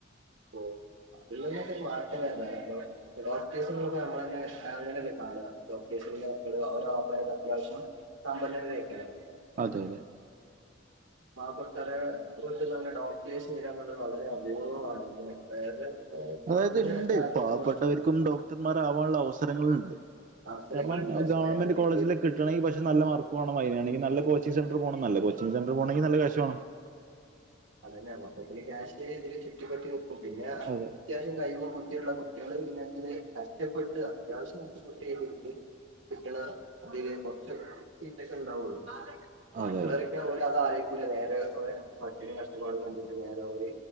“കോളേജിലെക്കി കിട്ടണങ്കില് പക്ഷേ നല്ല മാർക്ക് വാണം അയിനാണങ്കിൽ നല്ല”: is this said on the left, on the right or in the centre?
Right